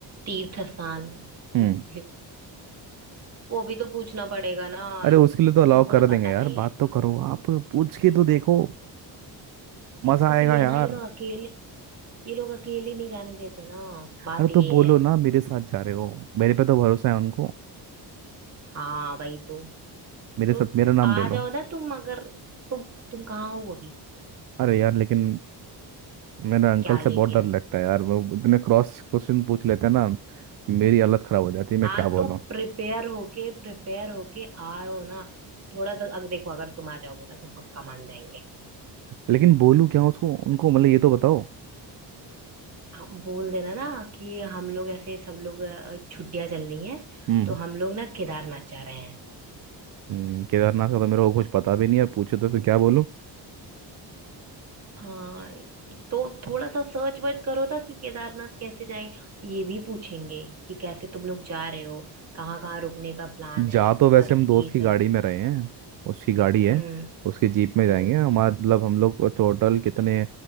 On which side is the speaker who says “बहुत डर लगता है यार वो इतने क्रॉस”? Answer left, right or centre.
Right